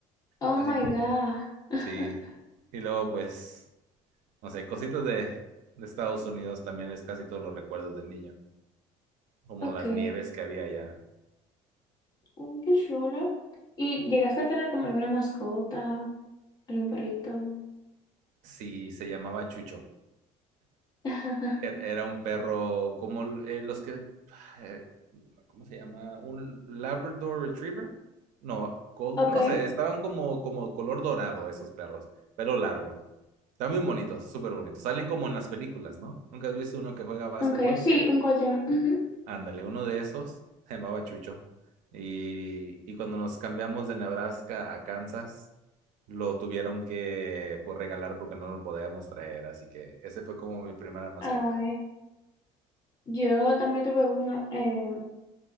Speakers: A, on the left (about 25°); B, on the right (about 60°).
A: Oh
B: Así
A: my
B: que
A: God. <laughs>
B: sí, y luego pues, no sé, cositas de, de Estados Unidos también es casi todos los recuerdos de niño, como
A: Ok,
B: las nieves que había allá.
A: mm, qué chulo. ¿Y llegaste a tener como alguna mascota, algún perrito?
B: Sí, se llamaba Chucho.
A: <laughs>
B: er, Era, un perro como eh, los que. eh, ¿Cómo se llama? ¿Un Labrador Retriever? No, Gold-
A: Ok,
B: no sé, estaban como, como color dorado esos perros, pelo largo. Están bien bonitos, súper bonitos. Salen como en las películas, ¿no? ¿Nunca has visto uno que juega básquetbol?
A: ok, sí, un golden. ujú.
B: Ándale, uno de esos <laughs> se llamaba Chucho. Y, y cuando nos cambiamos de Nebraska a Kansas, lo tuvieron que pues, regalar porque no lo podíamos traer. Así que ese fue como mi primera mascota.
A: Ay, yo también tuve uno. eh,